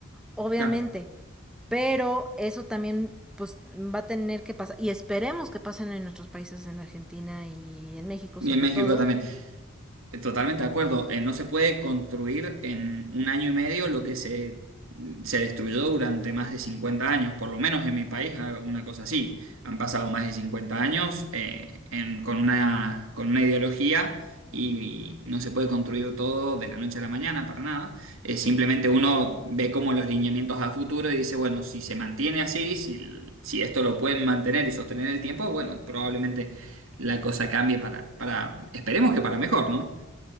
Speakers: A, in the centre; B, on the right.
A: Obviamente,
B: Claro.
A: Pero eso también pues va a tener que pasar, y esperemos que pasen en nuestros países, en Argentina y en México
B: Y
A: sobre
B: en México
A: todo.
B: también. Totalmente de acuerdo. Eh, no se puede construir en un año y medio lo que se, mm, se destruyó durante más de 50 años, por lo menos en mi país, ah, una cosa así. Han pasado más de 50 años eh, en- con una, con una ideología y no se puede construir todo de la noche a la mañana para nada. Eh, simplemente uno ve como los lineamientos a futuro y dice, bueno, si se mantiene así, si, si esto lo pueden mantener y sostener el tiempo, bueno, probablemente la cosa cambie para, para, esperemos que para mejor, ¿no?